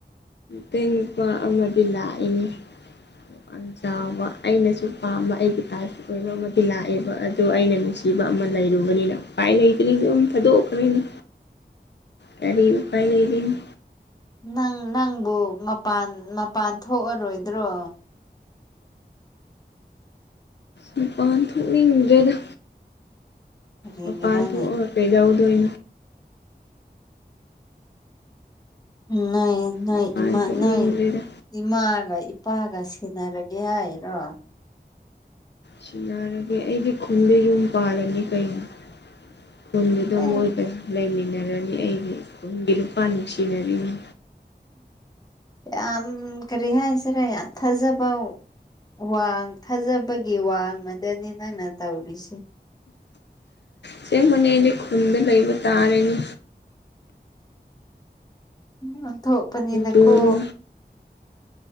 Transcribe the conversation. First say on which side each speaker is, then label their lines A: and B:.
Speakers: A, on the left (about 80°); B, on the left (about 20°).
A: ꯃꯩ ꯅꯨꯄꯥ ꯑꯃꯗꯤ ꯂꯥꯛꯏꯅꯤ ꯌꯥꯝ ꯆꯥꯎꯕ ꯑꯩꯅꯁꯨ ꯑꯄꯥꯝꯕ ꯑꯩꯒꯤ ꯏ ꯇꯥꯏꯁꯨ ꯑꯣꯏꯕ ꯑꯃꯗꯤ ꯂꯥꯛꯑꯦꯕ ꯑꯗꯣ ꯑꯩꯅ ꯅꯨꯡꯁꯤꯕ ꯑꯃ ꯂꯩꯔꯨꯕꯅꯤꯅ ꯎꯄꯥꯏ ꯂꯩꯇ꯭ꯔꯤꯗ ꯑꯗꯨꯝ ꯊꯥꯗꯣꯛꯈ꯭ꯔꯅꯤ ꯀꯔꯤꯄꯥꯏ ꯂꯩꯔꯤꯅꯤ
B: ꯅꯪ ꯅꯪꯕꯨ ꯃꯄꯥꯟ ꯃꯄꯥꯟ ꯊꯣꯛꯑꯔꯣꯏꯗ꯭ꯔꯣ
A: ꯃꯄꯥꯟ ꯊꯣꯛ ꯏꯗꯦꯗ
B: ꯀꯔꯤꯒꯤꯔꯅꯦ
A: ꯃꯄꯥꯟ ꯊꯣꯛ ꯄꯗ ꯎ ꯗꯏ
B: ꯅ ꯅꯣꯏ
A: ꯃꯄꯥꯟ
B: ꯏꯃ
A: ꯊꯣꯛꯅꯤꯡꯗ꯭ꯔꯦꯗ
B: ꯅꯣꯏ ꯏꯃꯥꯒ ꯏꯄꯥꯒ ꯁꯦꯟꯅꯔꯒꯦ ꯍꯥꯏꯔꯣ
A: ꯁꯤ ꯌꯥꯔꯒꯦ ꯑꯩꯗꯤ ꯈꯨꯟꯗ ꯌꯨꯝ ꯄꯥꯜꯂꯅꯤ ꯀꯩꯅꯣ ꯈꯨꯟꯗꯨꯗ
B: ꯑꯦ
A: ꯃꯣꯏꯒ ꯂꯩꯃꯤꯟꯅꯔꯅꯤ ꯑꯩꯒꯤ ꯈꯨꯟꯒꯤ ꯂꯨꯄꯥ ꯅꯨꯡꯁꯤꯅꯔꯤꯅꯤ
B: ꯌꯥꯝ ꯀꯔꯤ ꯍꯥꯏꯁꯤꯔꯦ ꯌꯥꯝ ꯊꯥꯖꯕ ꯋꯥꯡ ꯊꯥꯖꯕꯒꯤ ꯋꯥꯡꯃꯗꯅꯤ ꯅꯪꯅ ꯇꯧꯔꯤꯁꯦ
A: ꯁꯤ ꯃꯅꯤꯗꯤ ꯈꯨꯟꯗ ꯂꯩ ꯇꯔꯦꯅꯦ
B: ꯎꯝ ꯊꯣꯛꯣꯛꯄꯅꯤꯗꯀꯣ
A: ꯆꯨꯕꯅ